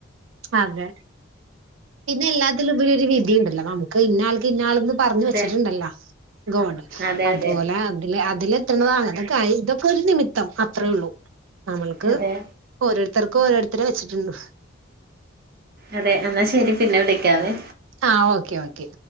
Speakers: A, on the right; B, on the right.
A: അതെ പിന്നെ എല്ലാത്തിലുംപരി ഒരു വിധിയിണ്ടല്ലോ നമുക്ക് ഇന്നാൾക്ക് ഇന്ന ആൾ പറഞ്ഞ്
B: അതെ
A: വെച്ചിട്ടുണ്ടല്ലോ ഗോഡ്
B: അതെ
A: അതുപോലെ
B: അതെ
A: അതിൽ എത്രണ് അത് ഇതൊക്കെ ഒരു നിമിത്തം അത്രയേ ഒള്ളൂ നമ്മൾക്ക്
B: അതെ
A: ഓരോരുത്തർക്കും ഓരുത്തരെ വെച്ചിട്ടുണ്ട്.
B: അതെ എന്നാൽ ശരി പിന്നെ വിളിക്കാവേ
A: ആ ഓക്കേ ഓക്കെ